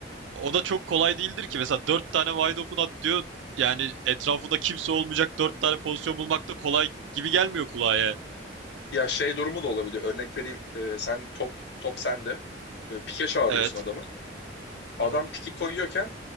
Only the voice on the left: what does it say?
Ya şey durumu da olabiliyor. Örnek vereyim. Ee, sen top top sende. Ee, pike çağırıyorsun
adamı. Adam
piki koyuyorken